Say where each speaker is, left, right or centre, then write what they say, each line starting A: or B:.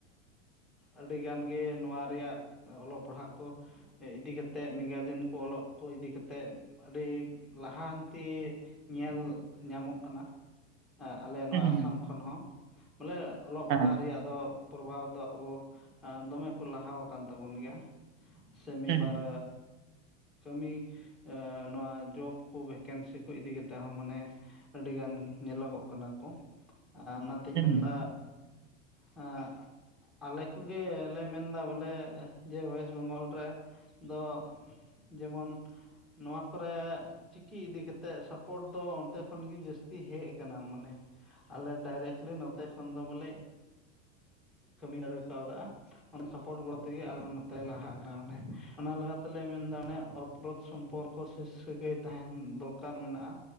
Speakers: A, in the centre; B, on the right.
A: ᱟᱹᱰᱤ ᱜᱟᱱ ᱜᱮ ᱱᱚᱣᱟ ᱨᱮᱭᱟᱜ ᱚᱞᱚᱜ ᱯᱟᱲᱦᱟᱜ ᱠᱚ ᱤᱫᱤ ᱠᱟᱛᱮᱫ ᱢᱤᱜᱟᱨᱡᱮᱱ ᱠᱚ ᱚᱞᱚᱜ ᱠᱚ ᱤᱫᱤ ᱠᱟᱛᱮᱫ ᱟᱹᱰᱤ ᱞᱟᱦᱟᱱᱛᱤ ᱧᱮᱞ ᱧᱟᱢᱚᱜ ᱠᱟᱱᱟ ᱮ ᱟᱞᱮ ᱱᱚᱣᱟ
B: ᱦᱮᱸ ᱦᱮᱸ
A: ᱟᱥᱟᱢ ᱠᱷᱚᱱ ᱦᱚᱸ ᱵᱚᱞᱮ ᱚᱞᱚᱜ
B: ᱦᱮᱸ
A: ᱯᱟᱲᱦᱟᱜ
B: ᱦᱮᱸ
A: ᱨᱮᱭᱟᱜ ᱫᱚ ᱯᱨᱚᱵᱷᱟᱵᱽ ᱫᱚ ᱟᱵᱚ ᱫᱚᱢᱮ ᱠᱚ ᱞᱟᱦᱟ ᱠᱟᱱ ᱛᱟᱵᱚᱱ ᱜᱮᱭᱟ᱾ ᱥᱮ ᱢᱤᱫᱵᱟᱨ
B: ᱦᱮᱸ ᱦᱮᱸ
A: ᱠᱟᱹᱢᱤ ᱮ ᱱᱚᱣᱟ ᱡᱚᱵ ᱠᱚ ᱵᱷᱮᱠᱮᱱᱥᱤ ᱠᱚ ᱤᱫᱤ ᱠᱟᱛᱮᱫ ᱦᱚᱸ ᱢᱟᱱᱮ ᱟᱹᱰᱤᱜᱟᱱ ᱧᱮᱞᱚᱜᱚᱜ ᱠᱟᱱᱟ ᱠᱚ ᱚᱱᱟᱛᱤᱧ
B: ᱦᱩᱸ
A: ᱢᱮᱱᱫᱟ?
B: ᱦᱩᱸ
A: ᱟᱜ ᱟᱞᱮ ᱠᱚᱜᱮ ᱞᱮ ᱢᱮᱱᱫᱟ ᱵᱚᱞᱮ ᱡᱮ ᱚᱭᱮᱥᱴ ᱵᱮᱝᱜᱚᱞ ᱨᱮ ᱫᱚ ᱡᱮᱢᱚᱱ ᱱᱚᱣᱟ ᱠᱚᱨᱮ ᱪᱤᱠᱤ ᱤᱫᱤ ᱠᱟᱛᱮᱜ ᱥᱟᱯᱚᱴ ᱫᱚ ᱚᱱᱛᱮ ᱠᱷᱚᱱ ᱜᱮ ᱡᱟᱹᱥᱛᱤ ᱦᱮᱡ ᱠᱟᱱᱟ ᱢᱟᱱᱮ᱾ ᱟᱞᱮ ᱰᱟᱭᱨᱮᱠᱞᱤ ᱱᱚᱛᱮ ᱠᱷᱚᱱ ᱫᱚ ᱵᱚᱞᱮ ᱠᱟᱹᱢᱤ ᱫᱟᱲᱮ ᱠᱟᱣᱫᱟ ᱚᱱᱟ ᱥᱟᱯᱚᱴ ᱜᱚᱲᱚ ᱛᱮᱜᱮ ᱟᱞᱮ ᱦᱚᱸ ᱱᱚ ᱛᱮ ᱞᱟᱦᱟ ᱠᱟ ᱢᱟᱱᱮ ᱚᱱᱟ ᱞᱮᱠᱟ ᱛᱮᱞᱮ ᱢᱮᱱ ᱮᱫᱟ ᱚᱱᱮ ᱚᱛᱯᱨᱚᱛ ᱥᱚᱢᱯᱚᱨ ᱠᱚᱥᱮ ᱥᱟᱹᱜᱟᱹᱭ ᱛᱟᱦᱮᱱ ᱫᱚᱨᱠᱟᱨ ᱢᱮᱱᱟᱜ-ᱟ᱾